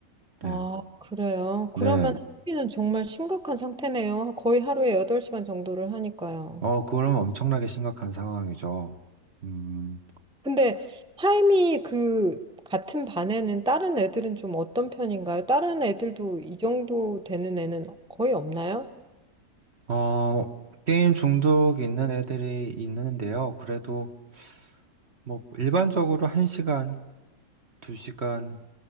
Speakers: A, on the right; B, in the centre.
A: 네.
B: 아, 그래요?
A: 네.
B: 그러면 학비는 정말 심각한 상태네요. 거의 하루에 8시간 정도를 하니까요.
A: 어, 그럼 엄청나게 심각한 상황이죠. 음,
B: 근데 하임이 그 같은 반에는 다른 애들은 좀 어떤 편인가요? 다른 애들도 이 정도 되는 애는 거의 없나요?
A: 어, 게임 중독이 있는 애들이 있는데요. 그래도 뭐 일반적으로 1시간, 2시간